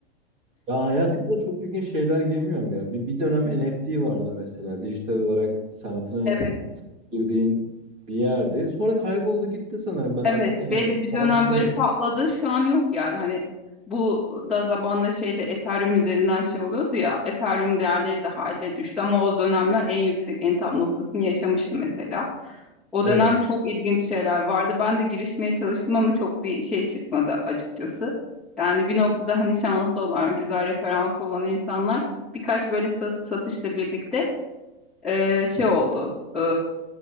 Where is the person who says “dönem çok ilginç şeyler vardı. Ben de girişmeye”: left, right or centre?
Centre